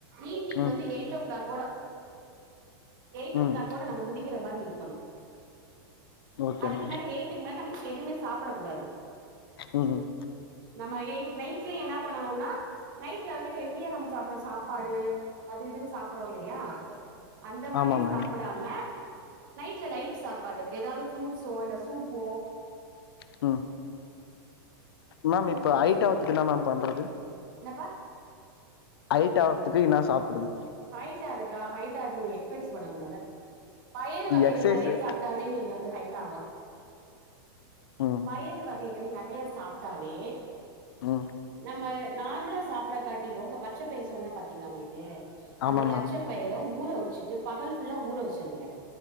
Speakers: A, on the right (about 55°); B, on the left (about 75°).
A: ஈவ்னிங்
B: ம்
A: வந்து எயிட் ஓ கிளாக் ஓட எயிட்
B: ம்
A: ஓ கிளாக் ஓட நம்ம முடிக்கற மாரி இருக்கணு
B: ஓகே
A: அதுக்கு
B: மேம்
A: மேல எய்ட்டுக்கு மேல நம்ம எதுமே சாப்படக் கூடாது
B: ம் ம்
A: நம்ம எய்ட் நைட்ல என்னா பண்ணனுன்னா நைட்ல வந்து ஹெவியா நம்ம சாப் பற சாப்பாடு அது இதுன் சாப்பறோ இல்லயா அந்த மாதி
B: ஆமாம் மேம்
A: சாப்புடா ம நைட்ல லைட் சாப்பாடு எதாது ஃப்ரூட்ஸோ இல்ல சூப்போ
B: ம் மேம்
A: ஃப்ரூட்ஸு
B: இப்போ ஐட்டாவுத்துக்கு
A: சூப்
B: ன்னா மேம் பண்றது
A: என்னப்பா
B: ஐட் ஆவறதுக்கு என்னா சாப்பட்றது
A: ஹைட் ஆறக்கா ஹைட் ஆறக்கு நீங்க எக்ஸ்சைஸ் பண்ணணு மொத பயறு வகைகள்
B: எக்ஸசைஸு
A: நெறைய சாப் ட்டாவே நீங்க வந்து ஹைட் ஆகலா
B: ம்
A: பயறு வ கைகள் நெறைய சாப்ட்டாவே
B: ம்
A: நம்ம நார்மலா சாப்பர்ற காட்டிலு இப்ப பச்ச பயிர் சொன்ன பாத் தீங்ளா உங்களுக்கு அந்த
B: ஆமாம்
A: பச்ச
B: மேம்
A: பயிர ஊற வச்சுட்டு பகல் ஃபுல்லா ஊற வச்சுருங்க